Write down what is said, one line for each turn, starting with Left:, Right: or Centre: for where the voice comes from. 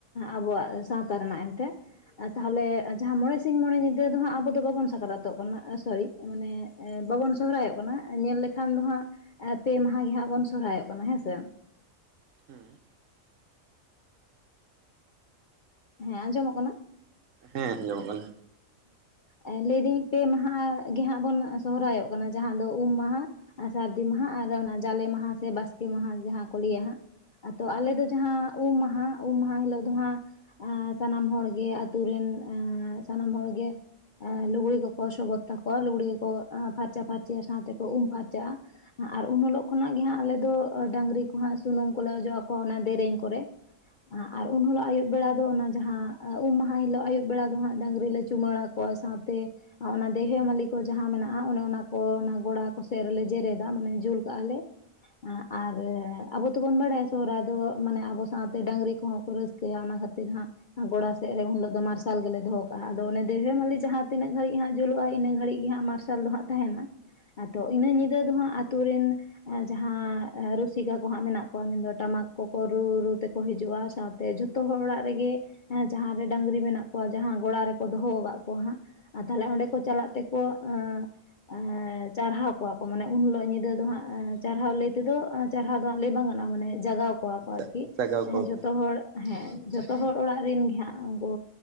Left: ᱟᱵᱚᱣᱟᱜ ᱥᱟᱶᱛᱟ ᱨᱮᱱᱟᱜ ᱮᱱᱛᱮ ᱛᱟᱦᱞᱮ ᱡᱟᱦᱟ ᱢᱚᱬᱮ ᱥᱤᱧ ᱢᱚᱬᱮ ᱧᱤᱫᱟᱹ ᱫᱚ ᱦᱟᱸᱜ ᱟᱵᱚ ᱫᱚ ᱵᱟᱵᱚᱱ ᱥᱟᱠᱨᱟᱛᱚᱜ ᱠᱟᱱᱟ ᱥᱚᱨᱤ ᱢᱟᱱᱮ ᱵᱟᱵᱚᱱ ᱥᱚᱦᱨᱟᱭᱚᱜ ᱠᱟᱱᱟ ᱧᱮᱞ ᱞᱮ ᱠᱷᱟᱱ ᱫᱚ ᱦᱟᱸᱜ ᱯᱮ ᱢᱟᱦᱟ ᱜᱮ ᱦᱟᱸᱜ ᱵᱚᱱ ᱥᱚᱨᱦᱟᱭᱚᱜ ᱠᱟᱱᱟ ᱦᱮᱸᱥᱮ᱾
Right: ᱦᱩᱸ᱾
Left: ᱦᱮᱸ ᱟᱸᱡᱚᱢ ᱚᱜ ᱠᱟᱱᱟ?
Right: ᱦᱮᱸ ᱟᱸᱡᱚᱢᱚᱜ ᱠᱟᱱᱟ᱾
Left: ᱦᱮᱸ ᱞᱟᱹᱭ ᱫᱟᱹᱧ ᱯᱮ ᱢᱟᱦᱟ ᱜᱮ ᱦᱟᱸᱜ ᱵᱚᱱ ᱥᱚᱦᱨᱟᱭ ᱚᱜ ᱠᱟᱱᱟ, ᱡᱟᱦᱟ ᱫᱚ ᱩᱸᱢ ᱢᱟᱦᱟ ᱟᱨ ᱥᱟᱹᱨᱫᱤ ᱢᱟᱦᱟ ᱟᱨ ᱚᱱᱟ ᱡᱟᱞᱮ ᱢᱟᱦᱟ ᱥᱮ ᱵᱟᱥᱠᱮ ᱢᱟᱦᱟ ᱡᱟᱦᱟ ᱠᱚ ᱞᱟᱹᱭᱟ ᱦᱟᱸᱜ, ᱟᱫᱚ ᱟᱞᱮ ᱫᱚ ᱡᱟᱦᱟᱸ ᱩᱸᱢ ᱢᱟᱦᱟ ᱩᱸᱢ ᱢᱟᱦᱟ ᱦᱤᱞᱳᱜ ᱫᱚ ᱦᱟᱸᱜ ᱟᱸ ᱥᱟᱱᱟᱢ ᱦᱚᱲ ᱜᱮ ᱟᱛᱳ ᱨᱮᱱ ᱟᱸ ᱥᱟᱱᱟᱢ ᱦᱚᱲ ᱜᱮ ᱮ ᱞᱩᱜᱽᱲᱤ ᱠᱚᱠᱚ ᱥᱚᱵᱚᱛ ᱛᱟᱠᱚᱣᱟ ᱞᱩᱜᱽᱲᱤ ᱠᱚᱠᱚ ᱯᱷᱟᱨᱪᱟ ᱯᱷᱟᱨᱪᱤᱭᱟ ᱥᱟᱶ ᱛᱮᱠᱚ ᱩᱢ ᱯᱷᱟᱨᱪᱟᱜᱼᱟ᱾ ᱟᱨ ᱩᱱ ᱦᱤᱞᱳᱜ ᱠᱷᱚᱱᱟᱜ ᱜᱮ ᱦᱟᱸᱜ ᱟᱞᱮ ᱫᱚ ᱰᱟᱹᱝᱨᱤ ᱠᱚ ᱦᱟᱸᱜ ᱥᱩᱱᱩᱢ ᱠᱚᱞᱮ ᱚᱡᱚᱜ ᱟᱠᱚᱣᱟ ᱚᱱᱟ ᱫᱮᱹᱨᱮᱧ ᱠᱚᱨᱮ᱾ ᱟᱨ ᱩᱱ ᱦᱤᱞᱳᱜ ᱟᱹᱭᱩᱵ ᱵᱮᱲᱟ ᱫᱚ ᱚᱱᱟ ᱡᱟᱦᱟ ᱩᱸᱢ ᱢᱟᱦᱟ ᱦᱤᱞᱳᱜ ᱟᱹᱭᱩᱵ ᱵᱮᱲᱟ ᱫᱚ ᱦᱟᱸᱜ ᱰᱟᱹᱝᱨᱤ ᱞᱮ ᱪᱩᱢᱟᱹᱲᱟ ᱠᱚᱣᱟ ᱥᱟᱶ ᱛᱮ ᱟᱨ ᱚᱱᱟ ᱫᱮᱣᱦᱮ ᱢᱟᱹᱞᱤ ᱠᱚ ᱡᱟᱦᱟ ᱢᱮᱱᱟᱜᱼᱟ, ᱚᱱᱮ ᱚᱱᱟ ᱠᱚ ᱚᱱᱟ ᱜᱚᱲᱟ ᱠᱚ ᱥᱮᱫ ᱨᱮᱞᱮ ᱡᱮᱨᱮ ᱫᱟ ᱢᱟᱱᱮ ᱡᱩᱹᱞ ᱠᱟᱜᱼᱟ ᱞᱮ᱾ ᱟᱸᱜ ᱟᱞᱮ ᱟᱵᱚ ᱛᱚ ᱵᱚᱱ ᱵᱟᱲᱟᱭᱟ ᱥᱚᱦᱨᱟᱭ ᱫᱚ ᱢᱟᱱᱮ ᱟᱵᱚ ᱥᱟᱶ ᱛᱮ ᱰᱟᱹᱝᱨᱤ ᱠᱚᱦᱚᱸ ᱠᱚ ᱨᱟᱹᱥ ᱠᱟᱹᱭᱟ ᱚᱱᱟ ᱠᱷᱟᱹᱛᱤᱨ ᱦᱟᱸᱜ ᱟᱨ ᱜᱚᱲᱟ ᱥᱮᱫ ᱨᱮ ᱩᱱ ᱦᱤᱞᱳᱜ ᱫᱚ ᱢᱟᱨᱥᱟᱞ ᱜᱮᱞᱮ ᱫᱚᱦᱚ ᱠᱟᱜᱼᱟ ᱟᱫᱚ ᱚᱱᱮ ᱫᱮᱣᱦᱮ ᱢᱟᱹᱞᱤ ᱡᱟᱦᱟ ᱛᱤᱱᱟᱹᱜ ᱜᱟᱹᱲᱤᱡ ᱦᱟᱸᱜ ᱡᱩᱞᱩᱜᱼᱟ ᱤᱱᱟᱹ ᱜᱷᱟᱹᱲᱤᱡ ᱜᱮ ᱦᱟᱸᱜ ᱢᱟᱨᱥᱟᱞ ᱫᱚ ᱦᱟᱸᱜ ᱛᱟᱦᱮᱸᱱᱟ᱾ ᱟᱫᱚ ᱤᱱᱟᱹ ᱧᱤᱫᱟᱹ ᱫᱚ ᱦᱟᱸᱜ ᱟᱛᱩ ᱨᱮᱱ ᱮᱸ ᱡᱟᱦᱟ ᱨᱩᱹᱥᱤᱠᱟ ᱠᱚ ᱦᱟᱸᱜ ᱢᱮᱱᱟᱜ ᱠᱚᱣᱟ ᱢᱮᱱ ᱫᱚ ᱴᱟᱢᱟᱠ ᱠᱚ ᱠᱚ ᱨᱩ ᱨᱩ ᱛᱮ ᱠᱚ ᱦᱤᱡᱩᱜᱼᱟ, ᱥᱟᱶᱛᱮ ᱡᱷᱚ ᱛᱚ ᱦᱚᱲ ᱚᱲᱟᱜ ᱨᱮᱜᱮ ᱮᱸ ᱡᱟᱦᱟᱸ ᱨᱮ ᱰᱟᱹᱝᱨᱤ ᱢᱮᱱᱟᱜ ᱠᱚᱣᱟ ᱡᱟᱦᱟᱸ ᱜᱚᱲᱟ ᱨᱮᱠᱚ ᱫᱚᱦᱚ ᱠᱟᱜ ᱠᱚᱣᱟ ᱦᱟᱸᱜ ᱟᱨ ᱛᱟᱦᱞᱮ ᱚᱸᱰᱮ
Right: ᱦᱮᱸ
Left: ᱠᱚ ᱪᱟᱞᱟᱜ ᱛᱮᱠᱚ ᱟᱸ ᱮᱸ ᱪᱟᱨᱦᱟᱣ ᱠᱚᱣᱟ ᱠᱚ ᱢᱟᱱᱮ ᱩᱱ ᱦᱤᱞᱳᱜ ᱧᱤᱫᱟᱹ ᱫᱚ ᱦᱟᱸᱜ ᱪᱟᱨᱦᱟᱣ ᱞᱟᱹᱭ ᱛᱮᱫᱚ ᱪᱟᱨᱦᱟᱣ ᱫᱚ ᱦᱟᱸᱜ ᱞᱟᱹᱭ ᱵᱟᱝ ᱜᱟᱱᱚᱜᱼᱟ, ᱢᱟᱱᱮ ᱡᱟᱸᱜᱟᱣ ᱠᱚᱣᱟ ᱠᱚ ᱟᱨᱠᱤ,
Right: ᱦᱮᱸ ᱡᱟᱜᱟᱣ ᱠᱚᱣᱟ
Left: ᱡᱷᱚᱛᱚ
Right: ᱠᱚ
Left: ᱦᱚᱲ ᱦᱮᱸ ᱡᱷᱚᱛᱚ ᱦᱚᱲ ᱚᱲᱟᱜ ᱨᱮᱱ ᱜᱮ ᱦᱟᱸᱜ ᱩᱱᱠᱩ